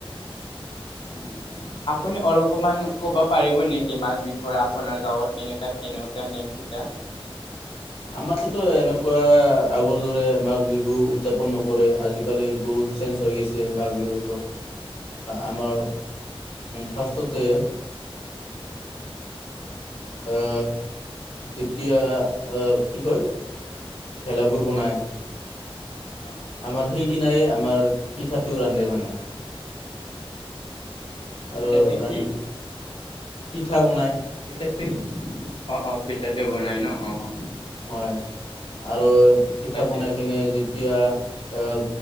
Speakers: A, on the left; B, on the left.
A: হয় হয় আপুনি অলপমান ক'ব পাৰিব নেকি মাঘ বিহুৰ আপোনাৰ গাঁৱৰ কেনেকুৱা কেনেকুৱা নিয়ম কেইটা
B: আমাৰতো এনেকুৱা আগৰ দৰে মাঘ বিহু উদযাপন নকৰে আজিকালি বহুত চেঞ্জ হৈ গৈছে মাঘ বিহুৰ। আমাৰ ফাৰ্ষ্টতে
A: উম উম।
B: অ যেতিয়া অ কি কয়। ভেলাঘৰ বনাই
A: অ অ
B: আমাৰ
A: অ
B: সেই দিনাই আমাৰ পিঠাটো ৰান্ধে মানে
A: পিঠাটো
B: আৰু ৰান‌
A: কি
B: পিঠা বনাই।
A: পিঠাটো অ অ পিতাটো বনাই ন অ অ।
B: হয় আৰু পিঠা
A: তাৰ
B: বনাই কিনে যেতিয়া আহ